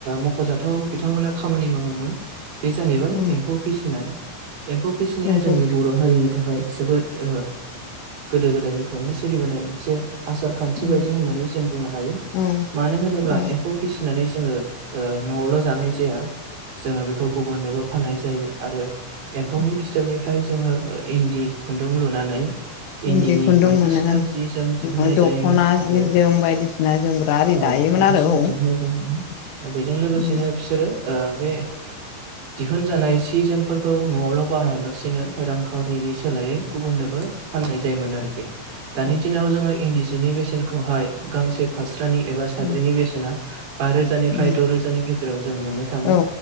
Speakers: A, on the right; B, on the left.
A: मख'जाथाव बिथांमोना खामानि मावोमोन। बे जाहैबाय
B: उम,
A: एम्फौ फिसिनाय एम्फौ फिसिनाया
B: एम्फौ
A: जोंनि बर' हारिनि थाखाय जोबोद ओ गोदो गोदायनिफ्रायनो सोलिबोनाय मोनसे आसार खान्थि
B: उम,
A: बायदि होननानै जों बुंनो हायो
B: औ
A: मानो होनोब्ला
B: औ
A: <unintelligible> खौ फिसिनानै जोङो ओ न'आवल' जानाय जाया। जोङो बेखौ गुबुननोबो फाननाय जायो आरो एम्फौनि
B: उम,
A: फिथोबनिफ्राय जोङो इन्दि खुन्दुं लुनानै इन्दिनि
B: इन्दि खुन्दुं
A: बायदिसिना
B: मोनो
A: जि जोम
B: उम,
A: दिहुनन्नाय
B: दख'ना
A: जायोमोन आरो
B: जि जोम बायदिसिना जोमग्रा आरि
A: औ
B: दायोमोन
A: बायदिसिना
B: आरो औ उम,
A: दिहुनन्नाय जायोमोन बेजों लोगोसेनो
B: उम,
A: बिसोरो ओ बे दिहुनजानाय सि जोमफोरखौ न'आवल' बाहायाल'सिनो रांखावरि बिनि सोलायै गुबुननोबो फाननाय जायोमोन आरोखि दानि
B: उम,
A: दिनाव जोङो इन्दि सिनि बेसेनखौहाय गांसे फास्रानि एबा साद्रिनि
B: उम,
A: बेसेना बा रोजानिफ्राय
B: उम,
A: द' रोजानि गेजेराव जों मोननो
B: औ